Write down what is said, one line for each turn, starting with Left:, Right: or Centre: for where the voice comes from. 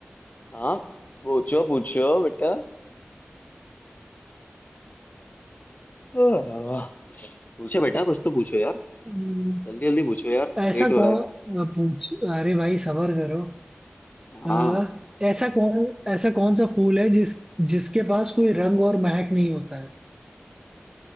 Left: हाँ पूछो पूछो बेटा आह, पूछो बेटा कुछ तो पूछो यार
Right: हम्म,
Left: जल्दी जल्दी पूछो यार
Right: ऐसा
Left: लेट हो
Right: कौन
Left: रहा है फिर
Right: पूछ अरे भाई सबर करो
Left: हाँ
Right: आ, ऐसा कौन ऐसा कौन सा फूल है जिस जिसके पास कोई रंग और महक नहीं होता है